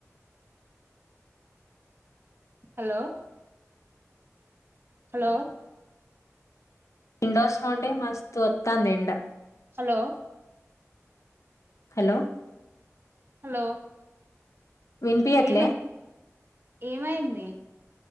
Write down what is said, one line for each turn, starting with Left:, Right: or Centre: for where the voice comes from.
Right: హలో హలో
Left: విండోస్ నుండి మస్తు వత్తాంది ఎండా
Right: హలో
Left: హలో
Right: హలో
Left: విన్ పియట్లే
Right: ఏమ ఏమైంది